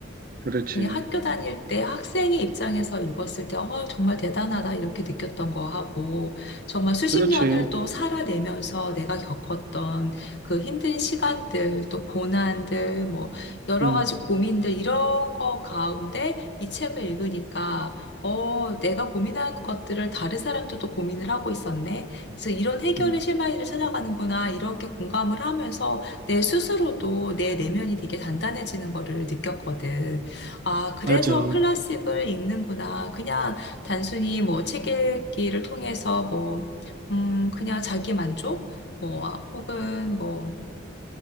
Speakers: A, on the right; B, on the left.
A: 그렇지,
B: 그냥 학교 다닐 때 학생의 입장에서 읽었을 때, 어, 정말 대단하다, 이렇게 느꼈던 거 하고, 정말 수십
A: 그렇지,
B: 년을 또 살아내면서 내가 겪었던 그 힘든 시간들, 또 고난들, 뭐, 여러
A: 음,
B: 가지 고민들, 이런 거 가운데 이 책을 읽으니까, 어, 내가 고민하는 것들을 다른 사람도 또 고민을 하고 있었네. 그래서 이런 해결의
A: 음,
B: 실마리를 찾아가는구나, 이렇게 공감을 하면서 내 스스로도 내 내면이 되게 단단해지는 거를 느꼈거든. 아, 그래서
A: 맞아.
B: 클래식을 읽는구나. 그냥 단순히 뭐 책 읽기를 통해서 뭐, 음, 그냥 자기 만족? 뭐, 아, 혹은 뭐